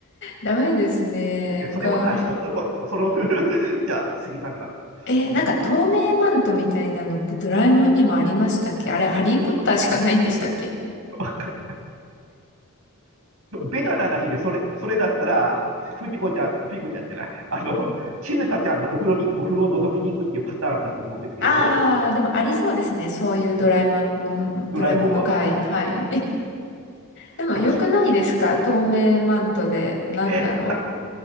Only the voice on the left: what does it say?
ダメですね。
他、
え、なんか透明マントみたいなのってドラえもんにもありましたっけあれ、
ハリーポッターしかないんでしたっけ
あー、でもありそうですね。そういうドラえもん、
もんドラえもんの回。
はい。
えでも良くないですか透明マントで。
なんだろ